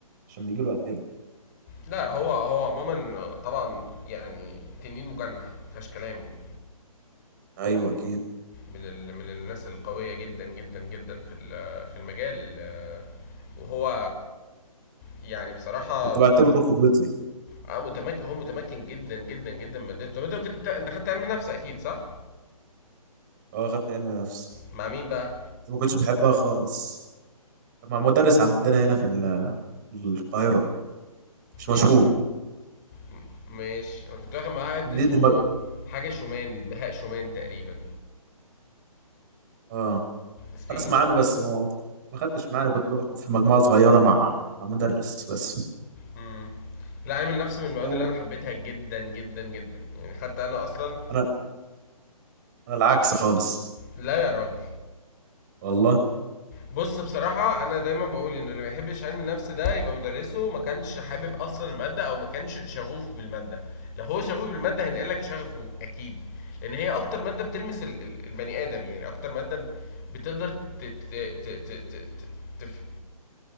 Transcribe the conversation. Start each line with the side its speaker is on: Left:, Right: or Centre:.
Right: عشان بيجي له اسئلة
Left: لا هو هو عموما طبعا يعني تنين مجنح مفيهاش كلام يعني
Right: ايوه اكيد
Left: من ال... من الناس القويه جدا جدا جدا في ال- في المجال آه، وهو يعني بصراحه
Right: كنت بعتبره قدوتي
Left: آه، متمكن هو متمكن جدا جدا جدا من مادته طب انت كنت بتا... انت خدت علم نفس اكيد صح
Right: اه خدت علم نفس
Left: مع مين بقى
Right: ما كنتش بحبها خالص مع مدرس عندنا هنا في ال- في القاهرة مش مشهور
Left: اسم م- ماشي انا كنت واخد معاه حد اسمه
Right: دي دي مج...
Left: حاجه شومان بهاء شومان تقريبا
Right: اه
Left: speaking
Right: اسمع
Left: of
Right: عنه بس ما ما خدتش معانا كنت باخد في مجموعة صغيرة مع مع مدرس بس
Left: امم لا علم النفس من المواد
Right: لو
Left: اللي
Right: مت-
Left: انا حبيتها جدا جدا جدا يعني حتى انا اصلا
Right: انا انا العكس خالص
Left: لا يا راجل
Right: والله
Left: بص بصراحة أنا دايما بقول إنه اللي ما يحبش علم النفس ده يبقى مدرسه ما كانش حابب أصلا المادة أو ما كانش شغوف بالمادة لو هو شغوف بالمادة هينقلك شغفه أكيد لأن هي أكتر مادة بتلمس ال- ال- البني آدم يعني أكتر مادة ب- بتقدر ت- ت- ت- ت- ت- ت- تف-